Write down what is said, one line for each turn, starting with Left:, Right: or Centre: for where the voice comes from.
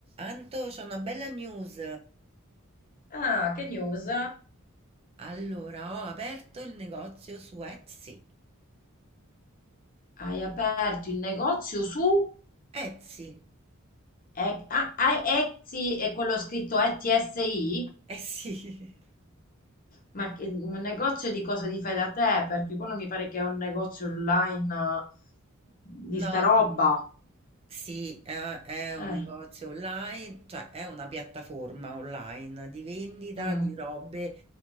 Right: Anto, c'ho una bella news.
Left: Ah, che news?
Right: Allora, ho aperto il negozio su Etsy.
Left: Hai aperto il negozio su
Right: Etsy?
Left: E- ah, ah, Etsy e quello scritto ETSI?
Right: Eh sì. <laughs>
Left: Ma che- un negozio di cosa ti fai da te? Perché quello mi pare che è un negozio online eh, di
Right: No,
Left: sta roba.
Right: no. no. Sì, è, è un
Left: Eh,
Right: negozio online, cioè è una piattaforma online di vendita
Left: mm.
Right: di robe